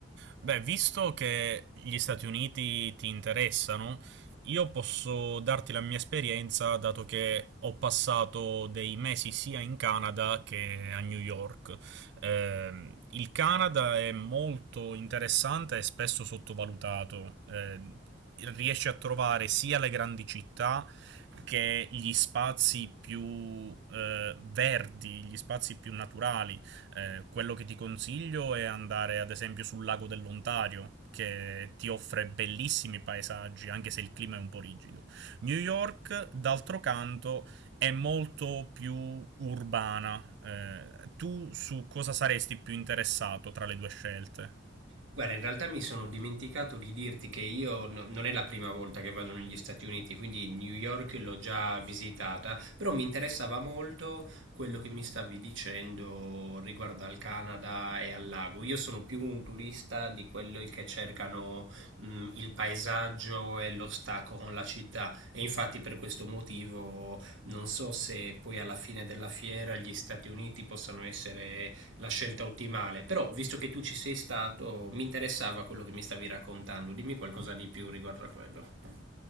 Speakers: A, on the right; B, on the right.
A: Beh, visto che gli Stati Uniti ti interessano, io posso darti la mia esperienza, dato che ho passato dei mesi sia in Canada che a New York. Ehm, il Canada è molto interessante e spesso sottovalutato. Ehm, riesce a trovare sia le grandi città che gli spazi più eh, verdi, gli spazi più naturali. Eh, quello che ti consiglio è andare ad esempio sul lago dell'Ontario, che ti offre bellissimi paesaggi, anche se il clima è un po' rigido. New York, d'altro canto, è molto più urbana. Eh, tu su cosa saresti più interessato tra le due scelte?
B: Guarda, in realtà mi sono dimenticato di dirti che io no- non è la prima volta che vado negli Stati Uniti, quindi New York l'ho già visitata, però mi interessava molto quello che mi stavi dicendo riguardo al Canada e al lago. Io sono più un turista di quelli che cercano, mh, il paesaggio e lo stacco con la città e infatti per questo motivo non so se poi alla fine della fiera gli Stati Uniti possano essere la scelta ottimale. Però, visto che tu ci sei stato, mi interessava quello che mi stavi raccontando. Dimmi qualcosa di più riguardo a quello.